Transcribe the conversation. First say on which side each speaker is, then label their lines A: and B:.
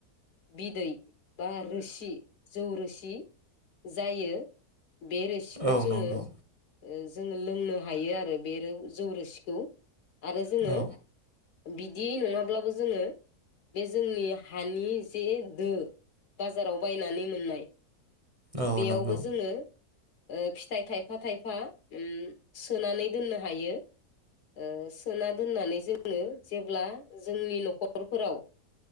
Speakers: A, on the left; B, on the right.
A: बिदै बा रोसि जौ रोसि जायो। बे रोसिखौ
B: औ
A: जोङो
B: नंगौ
A: ओ जोङो लोंनो हायो आरो बे रौव जौरोसिखौ आरो जोङो
B: औ
A: बिदियै नङाब्लाबो जोङो बे जोंनि हानि एसे दो बाजाराव बायनानै मोननाय।
B: औ
A: बेयावबो
B: नंगौ
A: जोङो ओ फिथाइ थायफा थायफा ओम सोनानै दोननो हायो ओ सोना दोननानै जोङो जेब्ला जोंनि न'खरफोराव